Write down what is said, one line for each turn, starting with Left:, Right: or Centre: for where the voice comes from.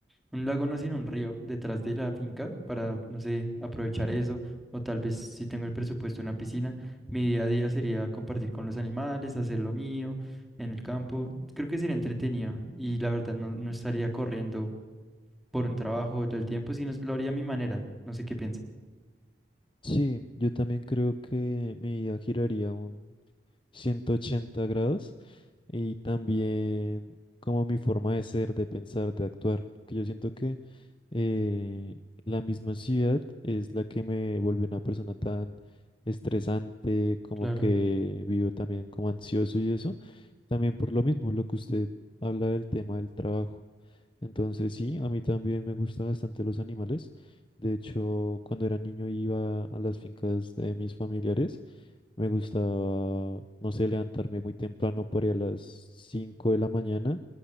Centre: Un lago no, sino un río detrás de la finca para, no sé, aprovechar eso. O tal vez si tengo el presupuesto, una piscina. Mi día a día sería compartir con los animales, hacer lo mío en el campo. Creo que sería entretenido y la verdad no, no estaría corriendo por un trabajo todo el tiempo, sino lo haría a mi manera. No sé qué piensa.
Left: Sí, yo también creo que mi vida giraría un 180 grados y también como mi forma de ser, de pensar, de actuar, porque yo siento que eh, la misma ciudad es la que me volvió una persona tan estresante, como
Centre: Claro,
Left: que vivo también como ansioso y eso, también por lo mismo, lo que usted habla del tema del trabajo. Entonces sí, a mí también me gustan bastante los animales. De hecho, cuando era niño iba a las fincas de mis familiares. Me gustaba, no sé, levantarme muy temprano, por ahí a las 5 de la mañana.